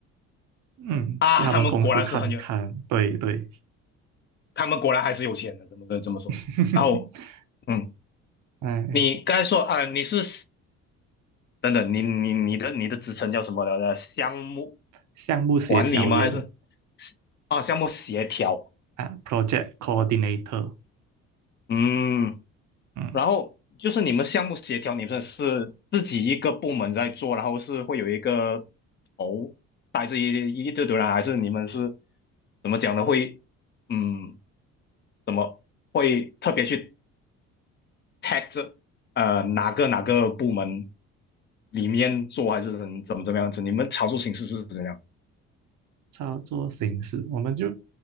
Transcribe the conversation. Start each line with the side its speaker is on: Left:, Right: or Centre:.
Right: 嗯，
Left: 啊，
Right: 去他们公司看看，
Left: 他们果然是很有，
Right: 对对，
Left: 他们果然还是有钱的，怎么的这么说？
Right: <laughs>
Left: 然后，嗯，
Right: 哎，
Left: 你刚才说啊，你是等等，你你你的你的职称叫什么来着？项目
Right: 项目协调员
Left: 管理吗？还是啊，项目协调？
Right: 啊，project coordinator，
Left: 嗯，
Right: 嗯，
Left: 然后就是你们项目协调，你们是自己一个部门在做，然后是会有一个头带着一一堆堆人，还是你们是怎么讲呢？会嗯，怎么会特别去 tag 这呃哪个哪个部门里面做，还是怎怎么怎么样子？你们操作形式是怎样
Right: 操作形式，我们就，